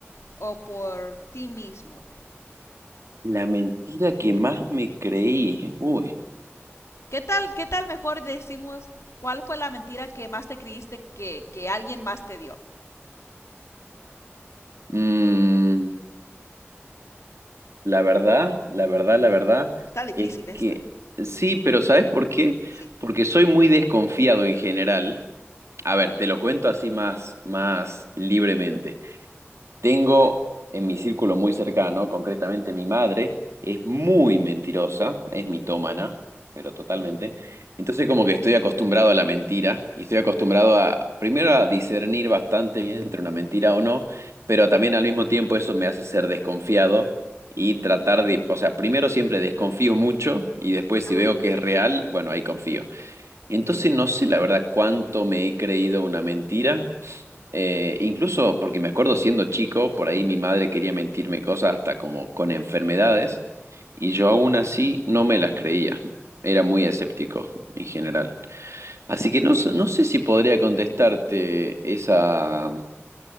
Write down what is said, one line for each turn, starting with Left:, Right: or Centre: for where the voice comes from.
Left: o por ti mismo?
Right: La mentira que más me creí. Uy.
Left: ¿Qué tal, qué tal mejor decimos cuál fue la mentira que más te creíste que, que alguien más te dio?
Right: Mm, la verdad, la verdad, la verdad
Left: Está difícil
Right: es
Left: esta.
Right: que sí, pero ¿sabes por qué?
Left: Sí.
Right: Porque soy muy desconfiado en general. A ver, te lo cuento así más, más libremente. Tengo
Left: Ok.
Right: en mi círculo muy cercano, concretamente mi madre, es muy mentirosa, es mitómana, pero totalmente. Entonces como que estoy acostumbrado a la mentira y estoy acostumbrado a, primero a discernir bastante bien entre una mentira o no, pero también al mismo tiempo eso me hace ser desconfiado y tratar de, o sea, primero siempre desconfío mucho y después si
Left: Ajá.
Right: veo que es real, bueno, ahí confío. Entonces no sé la verdad cuánto me he creído una mentira eh, incluso porque me acuerdo siendo chico, por ahí mi madre quería mentirme cosas hasta como con enfermedades, y yo aún así no me las creía. Era muy escéptico en general. Así que no, s- no sé si podría contestarte esa,